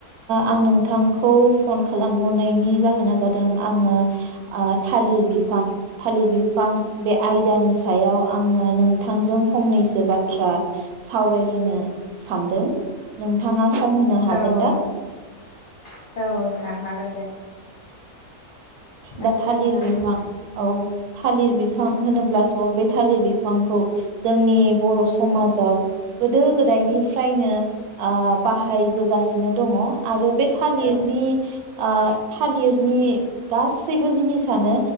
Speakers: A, on the right; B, on the left.
A: आं नोंथांखौ फन खालामहरनायनि जाहोना जादों आङो ओ थालिर बिफां थालिर बिफां बे आयदानि सायाव आङो नोंथांजों फंनैसो बाथ्रा सावरायलायनो सानदों नोंथाङा सम होनो हागोन
B: औ औ
A: दा?
B: नोंथांनो हागोन दे
A: दा
B: रायज्लायनो
A: थालिर
B: हागोन
A: बिफां
B: नोंथां
A: औ थालिर बिफ बिफां होनोब्लाथ' बे थालिर बिफांखौ जोंनि बर' समाजाव गोदो गोदायनिफ्रायनो आ बाहायबोगासिनो दङ आरो बे थालिरनि
B: औ
A: ओ थालिरनि गासैबो जिनिसानो